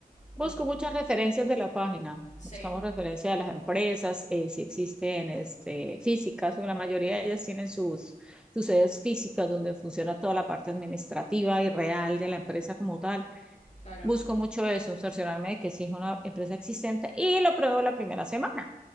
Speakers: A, on the left; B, in the centre.
A: un...
B: Busco muchas referencias de la página.
A: Sí,
B: Buscamos referencias de las empresas, eh, si existen este, físicas, porque la mayoría de ellas tienen sus, sus sedes físicas donde funciona toda la parte administrativa y real de la empresa como tal.
A: claro,
B: Busco mucho eso, cerciorarme de que sí es una empresa existente y lo pruebo la primera semana